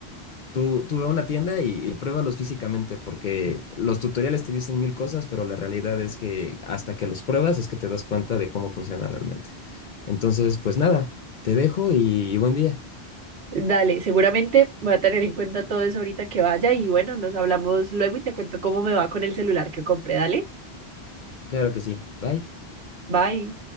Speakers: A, on the left; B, on the right.
A: Tú, tú ve a una tienda y, y pruébalos físicamente, porque los tutoriales te dicen mil cosas, pero la realidad es que hasta que los pruebas es que te das cuenta de cómo funciona realmente. Entonces, pues nada, te dejo y y buen día.
B: Dale, seguramente voy a tener en cuenta todo eso ahorita que vaya y bueno, nos hablamos luego y te cuento cómo me va con el celular que compré. Dale,
A: Claro que sí. Bye.
B: bye.